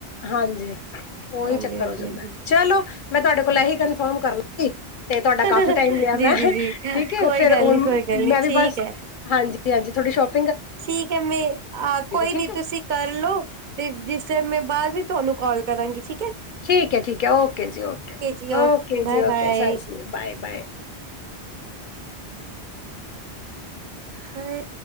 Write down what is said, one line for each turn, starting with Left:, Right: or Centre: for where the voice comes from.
Left: ਹਾਂਜੀ ਓਹੀ
Right: ਹਾਂਜੀ-ਹਾਂਜੀ-ਹਾਂਜੀ
Left: ਚੱਕਰ ਹੋ ਜਾਂਦਾ ਚਲੋ ਮੈਂ ਤੁਹਾਡੇ ਕੋਲ ਇਹੀ ਕਨਫਰਮ ਕਰਨਾ ਸੀ। ਤੇ ਤੁਹਾਡਾ ਕਾਫੀ
Right: ਜੀ
Left: ਟਾਈਮ ਲਿਆ ਮੈਂ
Right: ਜੀ ਜੀ
Left: ਠੀਕੇ
Right: ਕੋਈ
Left: ਫਿਰ
Right: ਗੱਲ
Left: ਹੁਣ
Right: ਨੀ ਕੋਈ ਗੱਲ ਨੀ
Left: ਮੈਂ ਵੀ
Right: ਠੀਕ
Left: ਬਸ
Right: ਹੈ
Left: ਹਾਂਜੀ। ਹਾਂਜੀ -ਹਾਂਜੀ ਥੋਡੀ ਸ਼ੋਪ
Right: ਠੀਕ ਹੈ ਮੈਂ ਆਹ ਕੋਈ
Left: ਠੀਕ
Right: ਨੀ
Left: ਐ।
Right: ਤੁਸੀਂ ਕਰਲਓ ਤੇ ਜਿਸ ਟਾਈਮ ਮੈਂ ਬਾਅਦ ਵਿੱਚ ਤੁਹਾਨੂੰ ਕੋਲ ਕਰਾਂਗੀ ਠੀਕ ਹੈ
Left: ਠੀਕ ਹੈ ਠੀਕ ਹੈ ਓਕੇ ਜੀ ਓਕੇ
Right: ਜੀ
Left: -ਓਕੇ
Right: ਬਾਏ
Left: ਜੀ ਓਕੇ
Right: ਬਾਏ
Left: ਸਤਿ ਸ੍ਰੀ ਬਾਏ -ਬਾਏ।
Right: ਹਾਏ